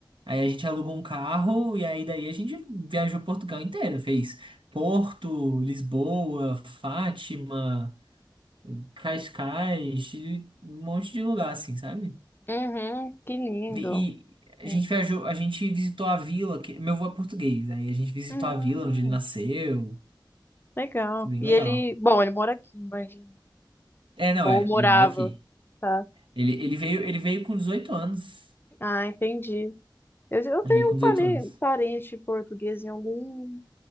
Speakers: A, on the right; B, on the left.
A: Aí a gente alugou um carro e aí daí a gente viajou Portugal inteiro, fez Porto, Lisboa, Fátima, Cascais, e um monte de lugar, assim, sabe?
B: Uhum, que lindo.
A: E, e a
B: É.
A: gente viajou, a gente visitou a vila, que meu avô é português, aí a gente visitou
B: Hum.
A: a vila onde ele nasceu,
B: Legal.
A: foi bem
B: E
A: legal.
B: ele, bom, ele mora aqui, imagina.
A: É, não,
B: Ou
A: é.
B: morava,
A: Ele mora aqui.
B: tá?
A: Ele, ele veio, ele veio com dezoito anos.
B: Ah, entendi. Eu, eu
A: Ele
B: tenho
A: veio com
B: um
A: 18
B: pare-
A: anos.
B: parente português em algum,